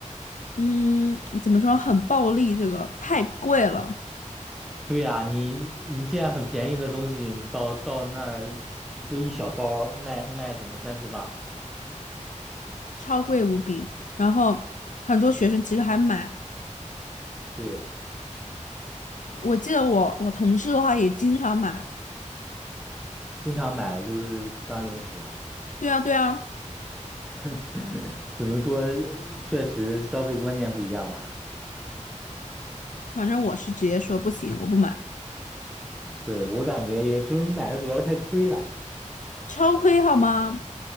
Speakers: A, on the left (about 75°); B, in the centre.
A: 嗯，怎么说，很暴利，这个太贵了，
B: 对呀，你一件很便宜的东西到到那儿就一小包儿卖卖可能三四磅，
A: 超贵无比，然后很多学生其实还买，
B: 对，
A: 我记得我我同事的话也经常买，
B: 经常买就是当零食啊。
A: 对啊对啊。
B: <laughs> 只能说呃确实消费观念不一样吧。
A: 反正我是直接说不行，我不买，
B: 对，我感觉也就是买的主要太亏了。
A: 超亏好吗？